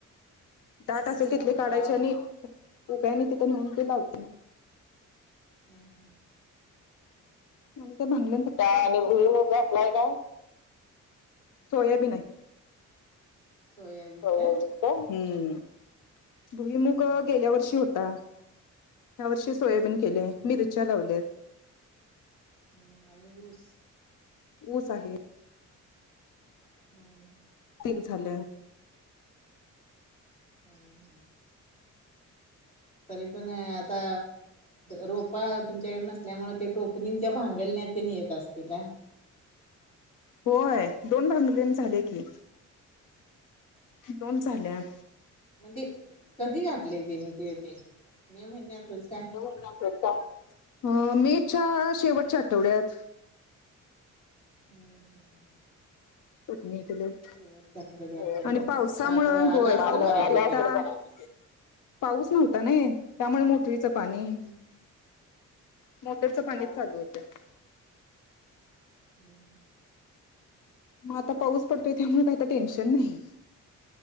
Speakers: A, on the left (about 85°); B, on the left (about 20°).
A: दाट असेल
B: हा हा
A: तिथली काढायची आणि उगायने तिथे नेऊन ती लावतेना.
B: हम् हम!
A: आणि काय भांगलं का आणि भुईमूग घातलाय काय? सोयाबीन आहे.
B: सोयाबीन
A: हो
B: काय
A: हम्म! भुईमुग
B: हम्म हम्म
A: गेल्या वर्षी होता. या वर्षी सोयाबीन केलेय मिरच्या लावल्यात.
B: ह्म आणि ऊस?
A: ऊस आहे
B: हम्म
A: पीक झाल
B: हा हा! तरी पण आता रोप तुमच्याकडे नसल्यामुळे ते टोकणींच्या भांगलण्यात येत असल? तिला?
A: होय दोन भांगलन झाल्या की. दोन झाल्यात
B: कधी ते कधी घातलेय ते नििकळ ते मे महिन्यातच काय?
A: गुळना कर मेच्या शेवटच्या आठवड्यात.
B: हम्म हम्म
A: <unintelligible>
B: शेवटच्या आठवड्यात घातलंय
A: आणि
B: व्हय
A: पावसामुळे
B: मग आता आलं
A: होय
B: असेल
A: पाऊस
B: बऱ्यापैकी
A: किती होता. पाऊस नव्हता नि त्यामुळे मोटरीचं पाणी.
B: हम
A: मोटरीचा पाणी चालू होतं.
B: हम् ह
A: मग आता पाऊस पडतोय त्यामुळे काही टेन्शन नाही.